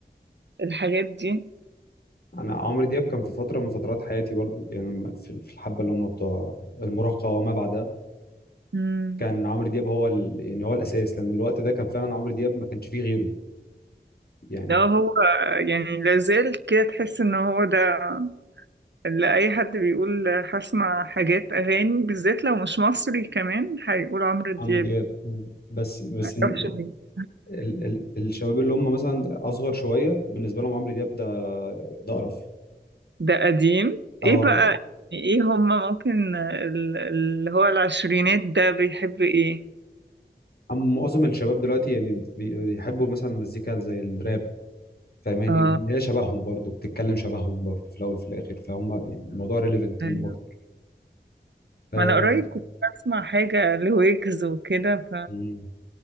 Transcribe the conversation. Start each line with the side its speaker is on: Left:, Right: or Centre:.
Right: الحاجات دي
Left: انا عمرو دياب كان في فتره من فترات حياتي برضو يعني لما- في في الحبه اللي هم بتوع المراهقه وما بعدها
Right: امم
Left: كان عمرو دياب هو ال... يعني هو الاساس لان الوقت ده كان فعلا عمرو دياب ما كانش فيه غيره يعني
Right: لو هو يعني لازال كده تحس ان هو ده اللي اي حد بيقول هسمع حاجات اغاني بالذات لو مش مصري كمان هيقول عمرو دياب
Left: عمرو دياب مم. بس بس
Right: معرفش
Left: إن-
Right: ليه.
Left: ال... ال... الشباب اللي هم مثلا اصغر شويه بالنسبه لهم عمرو دياب ده ده قرف
Right: ده قديم
Left: اه
Right: ايه بقى يعني ايه هما ممكن ال- اللي هو العشرينات ده بيحب ايه
Left: أما معظم الشباب دلوقتي يعني بيحبوا مثلا مزيكا زي الراب فاهماني
Right: اه
Left: لان هي شبههم برضو بتتكلم شبههم برضو في الاول وفي الاخر فهم يعني الموضوع ريليفنت
Right: أيوة.
Left: ليهم اكتر آه،
Right: ما انا قريب كنت بسمع حاجة لويجز وكده
Left: مم.